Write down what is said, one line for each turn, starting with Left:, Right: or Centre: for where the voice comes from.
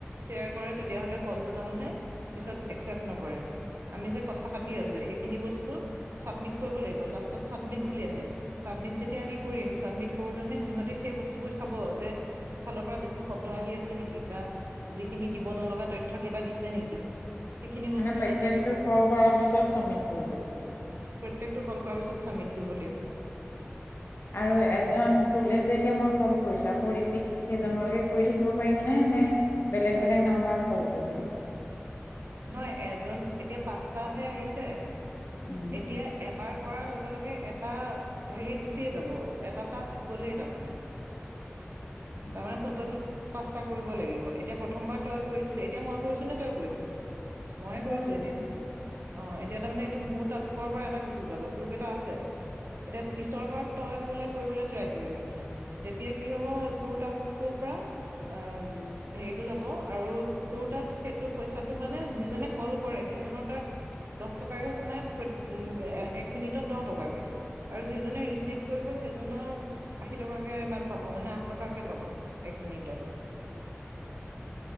Right: শ্বেয়াৰ কৰে তেতিয়াহলে কলটো তাৰে পিছত একচেপট নকৰে। আমি যে কথা পাতি আছো এইখিনি বস্তু চাবমিট কৰিব লাগিব, লাষ্টত চাবমি বুলি আহে। চাবমিট যেতিয়া কৰিম, চাবমিট কৰোতেনে সিহঁতি হেই বস্তুবোৰ চাব যে, পিছফালৰ পৰা বেছি শব্দ আহি আছে নেকি বা, যিখিনি দিব নলগা তথ্য কিবা দিছে নেকি। সেইখিনি বস্তু
Left: প্ৰত্যেকটো
Right: মানে সিহঁতি চাব।
Left: কল কৰাৰ পিছত চাবমিট কৰিব লাগিব।
Right: প্ৰত্যেকটো কল কৰাৰ পিছত ছাবমিট কৰিব লাগিব।
Left: আৰু এজন তোলে যেতিয়া মই কল কৰিছো আকৌ ৰিপিট একেজনলে কৰি থাকিব পাৰিম নে? নে বেলেগ বেলেগ নম্বৰত কল কৰিব লাগিব।
Right: নহয় এজন এতিয়া পাঁচটাহে আহিছে
Left: উম,
Right: এতিয়া এবাৰ কৰাৰ লগে লগে এটা হেৰি গুচিয়ে যাব এটা টাস্ক গ'লেই তাৰমানে।
Left: উম,
Right: তাৰমানে টোটেল পাঁচটা কৰিব লাগিব এতিয়া প্ৰথমবাৰ তই কৰিছিলি, এতিয়া মই কৰিছো নে তই কৰিছ? মইয়ে
Left: তই
Right: কৰিছো
Left: কৰিবি।
Right: এতিয়া। অ এতিয়া তাৰমানে এইটো মোৰ তাস্কৰ পৰা এটা গুচি যাব। তোৰ কেইটা আছে? এতিয়া পিছৰ বাৰ তই মোলে কৰিবলৈ ট্ৰাই কৰিবি মানে, তেতিয়া কি হব তোৰ টাস্কটোৰ পৰা আ হেৰিতো যাব, আৰু তোৰ তাত সেইটো পইচা তটো মানে যিজনে কল কৰে সেইজনৰ তাত দহ টকাকে সোমাই উ এক মিনিটত দহ টকাকে। আৰু যিজনে ৰিচিভ কৰিব সেইজনৰ আশী টকা মান ক পাব। মানে আঠ টকাকে পাব এক মিনিটত।